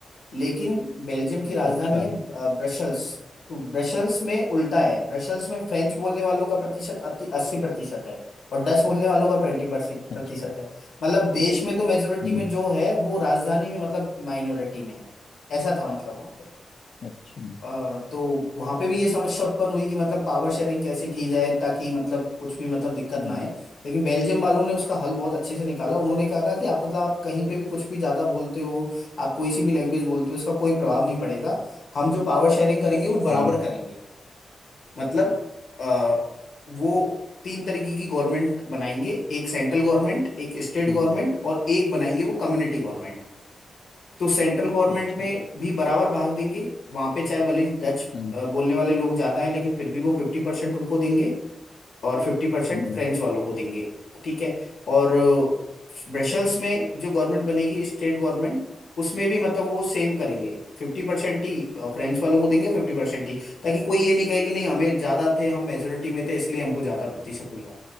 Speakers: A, on the left; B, on the left.
A: लेकिन बेल्जियम की राजधानी
B: अच्छा
A: है ब्रशल्स तो ब्रशल्स में उल्टा है ब्रशल्स में फ्रेंच बोलने वालों का प्रतिशत अस्सी प्रतिशत है और डच बोलने वालों का ट्वेंटी
B: अच्छा
A: प्रतिशत है मतलब देश में तो मेजोरिटी
B: हम्म
A: में जो है वो राजधानी में मतलब माइनॉरिटी में है ऐसा था मतलब वहां पे।
B: अच्छा
A: अ, तो वहां पे भी ये समस्या उत्पन्न हुई कि मतलब पावर शेयरिंग कैसे की जाए ताकि मतलब कुछ भी मतलब दिक्कत
B: हम्म
A: ना आए लेकिन बेल्जियम वालों ने उसका हल बहुत अच्छे से निकाला उन्होंने कहा कहा कि आप मतलब आप कहीं पे भी कुछ भी ज्यादा बोलते हो आप कोई सी भी लैंग्वेज बोलते हो इसका कोई प्रभाव नहीं पड़ेगा हम जो पावर शेयरिंग करेंगे वो बराबर
B: हम्म
A: करेंगे मतलब अ, वो तीन तरीके की गवर्नमेंट बनाएंगे एक सेंट्रल गवर्नमेंट एक स्टेट
B: हम्म।
A: गवर्नमेंट और एक बनाएंगे वो कम्युनिटी गवर्नमेंट तो सेंट्रल गवर्नमेंट
B: अच्छा
A: में भी बराबर भाग देंगे वहां पे चाहे भले ही डच
B: हम्म
A: अ, बोलने वाले लोग ज्यादा हैं लेकिन फिर भी वो फिफ्टी परसेंट उनको देंगे और फिफ्टी परसेंट
B: हम्म,
A: फ्रेंच वालों को देंगे ठीक है और ब्रसेल्स में जो गवर्नमेंट बनेगी स्टेट गवर्नमेंट उसमें भी मतलब वो सेम करेंगे फिफ्टी परसेंट ही फ्रेंच वालों को देंगे और फिफ्टी परसेंट ही ताकि कोई ये नहीं कहे कि नहीं हमें ज्यादा थे हम मेजोरिटी में थे इसलिए हमको ज्यादा प्रतिशत मिला